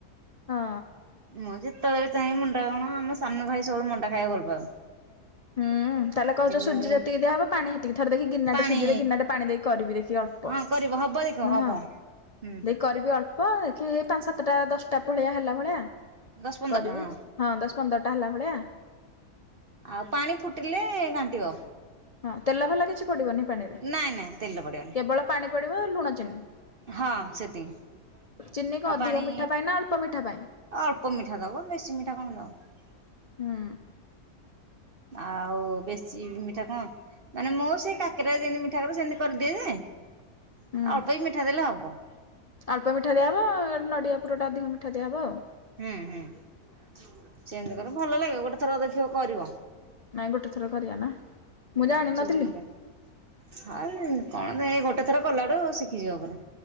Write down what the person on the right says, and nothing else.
ମୁଁ ଯେତେବେଳେ ବି ଚାହିଁବି ମଣ୍ଡା କଣ ଆମ ସାନ ଭାଇ ସବୁବେଳେ ମଣ୍ଡା ଖାଇବାକୁ ଭଲ ପାଉ।
ଯେ ମୁଁ
ପାଣି
ହଁ କରିବ ହବ ଦେଖ ହବ।
ହୁଁ
ଦଶ ପନ୍ଦର
ଟା।
ଆଉ ପାଣି ଫୁଟିଲେ ଘାଣ୍ଟିବ।
ନାଇଁ ନାଇଁ ତେଲ ପଡିବନି
ହଁ ସେତିକି।
ଆଉ
ପାଣି
ଅଳ୍ପ ମିଠା ଦବ ବେଶୀ ମିଠା କଣ ଦବ।
ଆଉ ବେଶୀ ମିଠା କଣ ମାନେ ମୁଁ ସେଇ କାକରା ଯେମତି ମିଠା କରେ ସେମିତି କରିଦିଏ ଯେ। ଅଳ୍ପ
ବି ମିଠା ଦେଲେ ହବ।
ହୁଁ ହୁଁ ସେମିତି କଲେ ଭଲ ଲାଗିବ। ଗୋଟେ ଥର ଦେଖିବ କରିବ।
ହୁଁ
ସୁଜି ମଣ୍ଡା। <unintelligible> କଣ ନା ଏ ଗୋଟେ ଥର କଲାଡୁ ଶିଖିଯିବ ପୁରା।